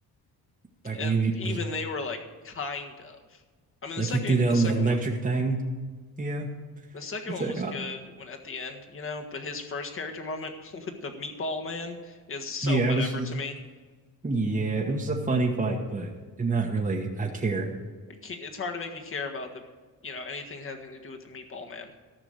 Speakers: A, on the right; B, on the left.
A: Like
B: And
A: when he
B: even
A: was
B: they were like kind of. I mean the
A: like
B: second
A: he threw that
B: the
A: electric
B: second one.
A: thing. Yeah,
B: The second
A: it's
B: one
A: like
B: was
A: oh,
B: good when at the end, you know, but his first character moment <laughs> with the meatball man is so
A: yeah,
B: whatever
A: it was
B: to me.
A: yeah, it was a funny fight, but not really. I care.
B: I can't, it's hard to make me care about the, you know, anything having to do with the meatball man.